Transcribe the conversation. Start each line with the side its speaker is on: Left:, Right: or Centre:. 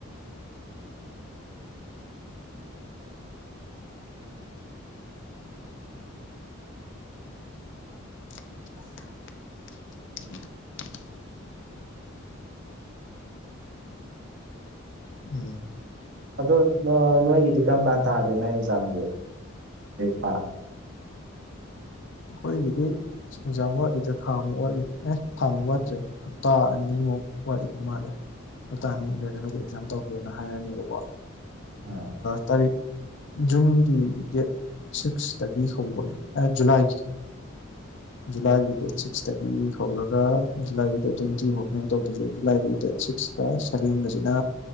Left: <inaudible> ꯎꯝ
Right: ꯑꯗꯣ ꯅꯣꯏ ꯅꯣꯏꯒꯤꯗꯤ ꯀ꯭ꯔꯝ ꯀꯥꯟ ꯇꯥꯒꯦ ꯅꯪ ꯑꯦꯛꯖꯥꯝꯗꯨ <unintelligible>
Left: ꯑꯩꯈꯣꯏꯒꯤꯗꯤ ꯑꯦꯛꯖꯥꯝ ꯋꯥꯠꯂꯤꯗ ꯊꯥꯃꯨꯛ ꯋꯥꯠꯂꯤ ꯑꯦ ꯊꯥꯃꯨꯛ ꯋꯥꯠꯇ꯭ꯔꯦ ꯍꯞꯇꯥ ꯑꯅꯤꯃꯨꯛ ꯋꯥꯠꯂꯤꯕ ꯃꯥꯜꯂꯦ ꯍꯞꯇꯥ ꯑꯅꯤꯃꯨꯛ ꯂꯩꯔꯒꯗꯤ ꯑꯦꯛꯖꯥꯝ ꯇꯧ ꯍꯥꯏꯔꯅꯦꯕꯀꯣ꯫
Right: ꯑꯥ.
Left: ꯇꯥꯔꯤꯛ ꯖꯨꯟꯒꯤ ꯗꯦꯠ ꯁꯤꯛꯁꯇꯒꯤ ꯍꯧꯕꯅꯦ ꯖꯨꯂꯥꯏꯒꯤ꯫ ꯖꯨꯂꯥꯏꯒꯤ ꯗꯦꯠ ꯁꯤꯛꯁꯇꯒꯤ ꯍꯧꯔꯒ ꯖꯨꯂꯥꯏꯒꯤ ꯗꯦꯠ ꯇ꯭ꯋꯦꯟꯇꯤ ꯐꯥꯎꯅꯦ ꯇꯧꯗꯣꯏꯖꯦ ꯑꯗꯨ ꯖꯨꯂꯥꯏꯒꯤ ꯗꯦꯠ ꯁꯤꯛꯁꯀ ꯁꯚꯦꯟꯒꯁꯤꯅ